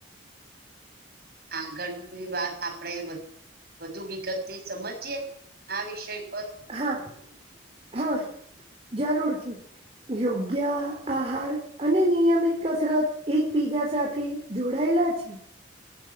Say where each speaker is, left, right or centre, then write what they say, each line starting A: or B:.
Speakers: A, on the right; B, on the right.
A: આગળની વાત આપણેે એ બધું વધુ વિગતથી સમજીએ આ વિષય પર
B: હા હા જરૂરથી. યોગ્ય આહાર અને નિયમિત કસરત એક બીજા સાથે જોડાયેલા છે.